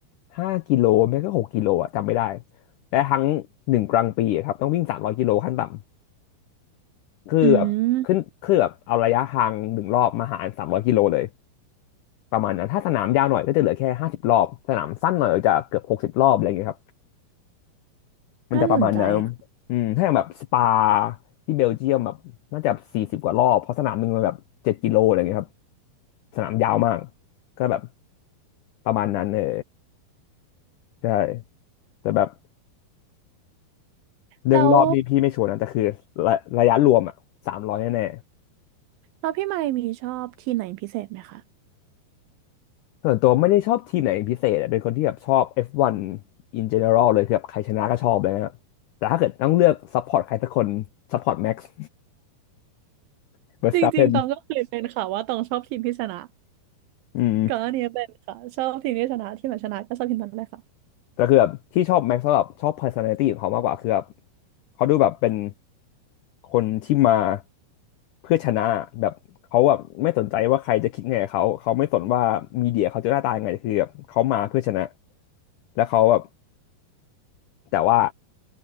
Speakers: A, on the left (about 70°); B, on the right (about 80°).
A: ห้ากิโลไม่ก็หกกิโลอะจำไม่ได้และทั้งหนึ่งกลางปีอะครับต้องวิ่งสามร้อยกิโลขั้นต่ำคือแบบขึ้นคือแบบเอาระยะทางหนึ่งรอบมาหารสามร้อยกิโลเลย
B: อืม
A: ประมาณนั้นถ้าสนามยาวหน่อยก็จะเหลือแค่ห้าสิบรอบสนามสั้นหน่อยก็จะเกือบหกสิบรอบอะไรอย่างเงี้ยครับมันจะประมาณนั้น
B: น่าสนใจค่ะ
A: อืมถ้าอย่างแบบสปาที่เบลเยียมแบบน่าจะสี่สิบกว่ารอบเพราะสนามหนึ่งมันแบบเจ็ดกิโลอะไรอย่างเงี้ยครับสนามยาวมากก็แบบประมาณนั้นเออใช่แต่แบบเรื่องรอบนี่พี่ไม่ชัวร์นะแต่คือระระยะรวมอ่ะสามร้อยแน่
B: แล้วแล้วพี่ไมค์มีชอบทีมไหนพิเศษไหมคะ
A: ส่วนตัวไม่ได้ชอบทีมไหนเป็นพิเศษอะเป็นคนที่แบบชอบ F1 in general เลยคือแบบใครชนะก็ชอบเลยนะแต่ถ้าเกิดต้องเลือกซัพพอร์ตใครสักคนซัพพอร์ <laughs> ตแม็กซ์ <laughs> เวอร์สตัปเพน
B: จริงๆตองก็เคยเป็นค่ะว่าตองชอบทีมที่ชนะ
A: อืม
B: ก่อนหน้านี้เป็นค่ะชอบทีมที่ชนะทีมไหนชนะก็ชอบทีมนั้นเลยค่ะ
A: แต่คือแบบที่ชอบแม็กซ์ก็แบบชอบ personality ของเขามากกว่าคือแบบเขาดูแบบเป็นคนที่มาเพื่อชนะแบบเขาแบบไม่สนใจว่าใครจะคิดไงกับเขาเขาไม่สนว่ามีเดียเขาจะหน้าตายังไงคือแบบเขามาเพื่อชนะแล้วเขาแบบแต่ว่า